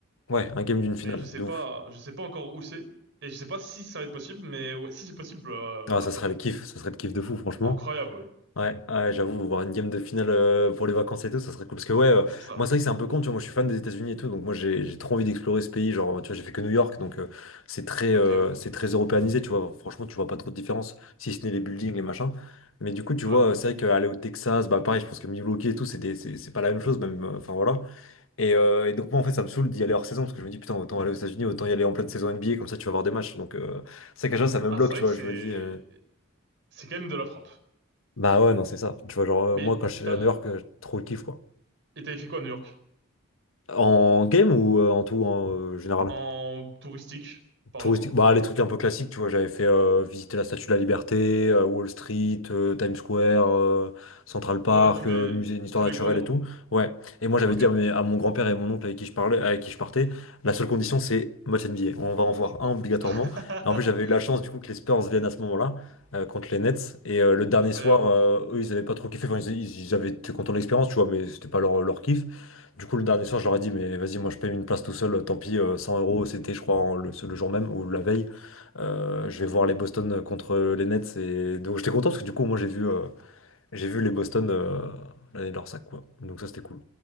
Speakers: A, on the left; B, on the right.
A: ouais, un game d'une finale,
B: mais je sais
A: de
B: pas,
A: ouf.
B: je sais pas encore où c'est et je sais pas si ça va être possible, mais ouais, si c'est possible, euh,
A: Ah,
B: à
A: ça
B: fond.
A: serait le kiff, ça serait le kiff de fou, franchement.
B: Incroyable, ouais.
A: Ouais, ouais, j'avoue, voir une game de finale euh, pour les vacances et tout, ça serait cool. Parce que ouais, euh,
B: Ah, c'est ça.
A: moi
B: ouais.
A: c'est vrai que c'est un peu con, tu vois, moi je suis fan des États-Unis et tout, donc moi j'ai j'ai trop envie d'explorer ce pays. Genre, tu vois, j'ai fait que New York, donc euh, c'est très,
B: Ok,
A: euh,
B: ouais.
A: c'est très européanisé, tu vois. Franchement, tu vois pas trop de différence, si ce n'est les buildings, les machins. Mais du coup,
B: Ouais.
A: tu vois, euh, c'est vrai qu'aller au Texas, bah pareil, je pense que Milwaukee et tout, c'est des- c'est c'est pas la même chose, même, euh, enfin voilà. Et, euh, et donc moi en fait, ça me saoule d'y aller hors saison, parce que je me dis, putain, autant aller aux États-Unis, autant y aller en pleine saison NBA, comme ça tu vas voir des matchs. Donc euh, c'est vrai que déjà, ça me
B: Ah,
A: bloque,
B: c'est
A: tu
B: vrai
A: vois,
B: que c'est
A: je me dis. euh,
B: c'est quand même de la frappe.
A: bah ouais, non, c'est ça. Tu vois, genre, euh,
B: Mais
A: moi, quand je suis
B: t'as
A: à New York, euh, trop le kiff, quoi.
B: et t'avais fait quoi à New York?
A: En game ou euh, en tout, en euh, général?
B: En touristique parlant?
A: Touristique. Bah, les trucs un peu classiques, tu vois, j'avais fait euh, visiter la Statue de la Liberté, euh, Wall Street, euh, Times Square, euh, Central Park,
B: Oh ouais, tous les
A: euh, musée d'histoire
B: tous
A: naturelle
B: les gros noms.
A: et tout. Ouais. Et moi, j'avais
B: Ok.
A: dit à, mes- à mon grand-père et mon oncle avec qui je parlais, avec qui je partais, la seule condition, c'est match NBA. On va en voir un obligatoirement.
B: <laughs>
A: Et en plus, j'avais eu la chance, du coup, que les Spurs viennent à ce moment-là, euh, contre les Nets. Et euh, le dernier
B: Incroyable.
A: soir, euh, eux, ils avaient pas trop kiffé. Enfin, ils, ils- ils avaient été contents de l'expérience, tu vois, mais c'était pas leur, leur kiff. Du coup, le dernier soir, je leur ai dit, mais vas-y, moi je paye une place tout seul, euh, tant pis, euh, 100 euros, c'était, je crois, en le, ce- le jour même ou la veille. Euh, je vais voir les Boston contre les Nets. Et donc, j'étais content parce que du coup, moi j'ai vu, euh, j'ai vu les Boston euh, l'année de leur sac, quoi. Donc, ça, c'était cool.